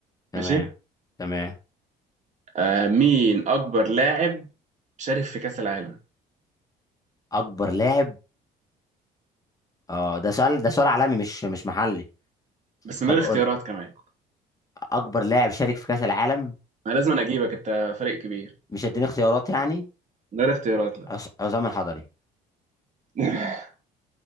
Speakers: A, on the left; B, on the right.
A: تمام
B: ماشي
A: تمام
B: آه مين اكبر لاعب شارك في كاس العالم
A: اكبر لاعب اه ده سؤال ده سؤال عالمي مش مش محلي
B: بس من
A: طب
B: غير اختيارات
A: قول
B: كمان
A: اكبر لاعب شارك في كأس العالم
B: انا لازم أنا اجيبك انت فريق كبير
A: مش هديني اختيارات يعني
B: من غير اختيارات لا
A: عص- عصام الحضري
B: <laughs>